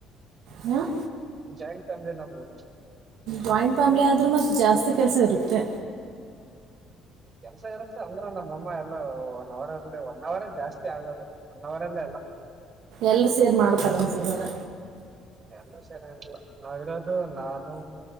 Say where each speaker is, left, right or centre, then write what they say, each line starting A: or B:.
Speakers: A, on the right (about 80°); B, on the right (about 30°).
A: ಹಾಂ,
B: ಜಾಯಿಂಟ್ ಫ್ಯಾಮಿಲಿ ನಮ್ದು.
A: ಜಾಯಿಂಟ್ ಫ್ಯಾಮ್ಲಿ ಆದರೂ ಮತ್ತ್ ಜಾಸ್ತಿ ಕೆಲಸ ಇರುತ್ತೆ.
B: ಕೆಲ್ಸ ಇರುತ್ತೆ ಅಂದ್ರ ನಮ್ಮಮ್ಮ ಎಲ್ಲ ಒನ್ ಅವರ್ ಅಲ್ಲಿ ಒನ್ ಅವರ್ರೇ ಜಾಸ್ತಿ ಆಗದು. ಒನ್ ಹವರ್ ಅಲ್ಲೇ ಎಲ್ಲಾ.
A: ಎಲ್ಲರು ಸೇರಿ ಮಾಡ್ತಾರನ್ಸುತಲ್ಲ.
B: ಎಲ್ರು ಸೇರೆನಿಲ್ಲ ನಾವಿರೋದು ನಾನು.